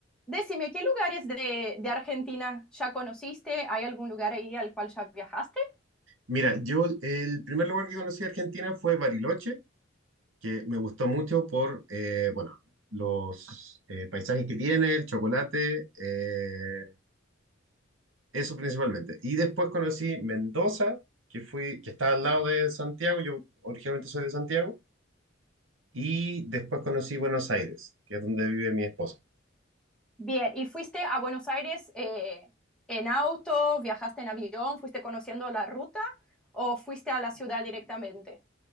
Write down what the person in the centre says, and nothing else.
Decime, ¿qué lugares de, de Argentina ya conociste? ¿Hay algún lugar ahí al cual ya viajaste?
Bien, ¿y fuiste a Buenos Aires eh, en auto? ¿Viajaste en avión? ¿Fuiste conociendo la ruta? ¿O fuiste a la ciudad directamente?